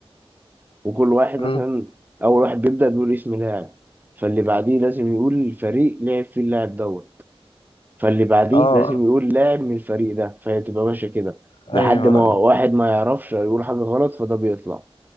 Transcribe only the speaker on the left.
أمم،
أه
أيوه
أيوه